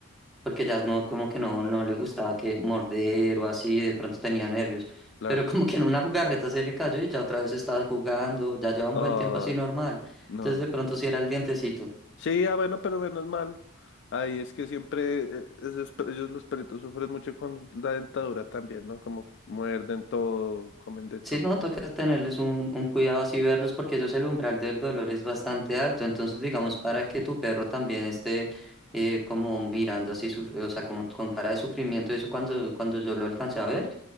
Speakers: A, in the centre; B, on the left.
A: porque ya no, como que no, no le gustaba que morder o así, de pronto tenía nervios.
B: claro.
A: Pero como que en una jugarreta se le cayó y ya otra vez está jugando, ya lleva un
B: Ay,
A: buen tiempo así normal.
B: no.
A: Entonces de pronto sí era el dientecito.
B: Sí, ah, bueno, pero menos mal. Ay, es que siempre eh, esos pe- ellos los perritos sufren mucho con la dentadura también, ¿no? Como muerden todo, comen de
A: Sí,
B: todo.
A: no, toca tenerles un, un cuidado así, verlos, porque ellos el umbral del dolor es bastante alto. Entonces, digamos, para que tu perro también esté eh, como mirando así, suf- o sea, como con cara de sufrimiento, eso cuando, cuando yo lo alcancé a ver,